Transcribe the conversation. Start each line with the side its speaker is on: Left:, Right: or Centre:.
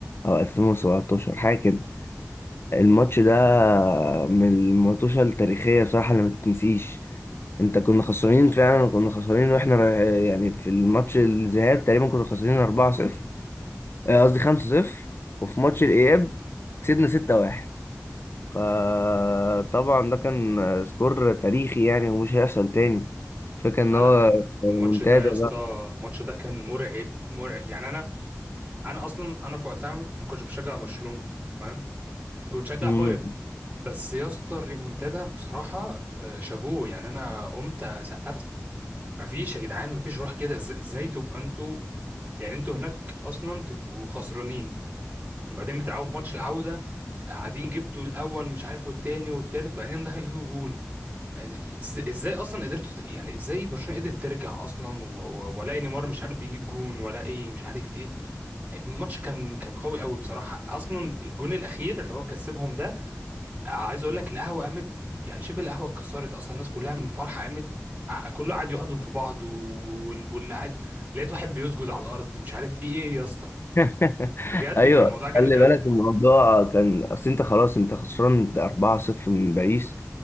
Left: او 2017 حاجة كده الماتش ده من الماتشات التاريخية بصراحة اللي ما تتنسيش انت كنا خسرانين فعلا كنا خسرانين واحنا رايح- يعني في الماتش الذهاب تقريبا كنا خسرانين 4-0 آه، قصدي 5-0 وفي ماتش الإياب كسبنا 6-1 فطبعا ده كان سكور تاريخي يعني ومش هيحصل تاني فكان
Right: لا
Left: ان هو
Right: لا
Left: منتدى
Right: الماتش ده يا اسطى الماتش ده كان مرعب مرعب يعني انا انا اصلا انا في وقتها ما كنتش بشجع برشلونة تمام وبشجع
Left: مم.
Right: بايرن بس يا اسطى الريمونتادا بصراحة آه، شابوه يعني انا قمت سقفت مفيش يا جدعان مفيش روح كده إز- ازاي تبقى انتوا يعني انتوا هناك اصلا تبقوا خسرانين وبعدين بتلعبوا في ماتش العودة قاعدين جبتوا الاول مش عارف والتاني والتالت بعدين دخل فيكوا جون إز- ازاي اصلا قدرتوا ت- يعني ازاي برشلونة قدرت ترجع اصلا و- و- ولا نيمار مش عارف بيجيب جون ولا ايه مش عارف ايه الماتش كان كان قوي قوي بصراحة اصلا الجون الاخير اللي هو كسبهم ده عايز اقول لك القهوة قامت يعني شبه القهوة اتكسرت اصلا الناس كلها من فرحة قامت ع- كله قاعد يحضن في بعض وال- واللي قاعد لقيت واحد بيسجد على الارض مش عارف في ايه يا اسطى
Left: <laughs>
Right: بجد
Left: ايوه
Right: كان الموضوع جامد
Left: خلي
Right: قوي
Left: بالك الموضوع كان اصل انت خلاص انت خسران 4-0 من باريس